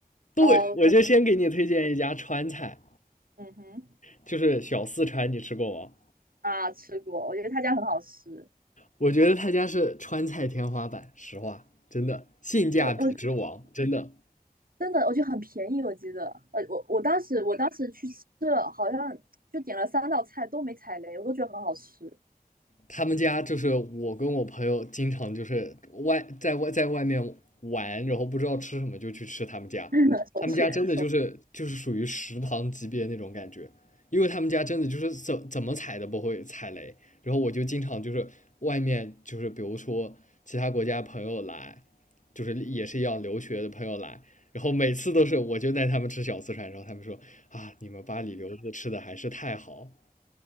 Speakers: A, on the left; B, on the right.
A: 对，
B: 然后可
A: 我就先给你推荐一家川菜，
B: 嗯哼
A: 就是小四川，你吃过吗？
B: 啊吃过，我觉得他家很好吃，
A: 我觉得他家是川菜天花板，实话，真的性价比之王，
B: 我我
A: 真的。
B: 真的我觉得很便宜，我记得，呃我我当时我当时去吃了，好像就点了三道菜都没踩雷，我都觉得很好吃，
A: 他们家就是我跟我朋友经常就是外在外在外面玩，然后不知道吃什么就去吃他们家。
B: 首选。
A: 他们家真的就是就是属于食堂级别那种感觉，因为他们家真的就是怎怎么踩都不会踩雷。然后我就经常就是外面就是比如说其他国家朋友来，就是也是一样留学的朋友来，然后每次都是我就带他们吃小四川，然后他们说啊，你们巴黎留子吃的还是太好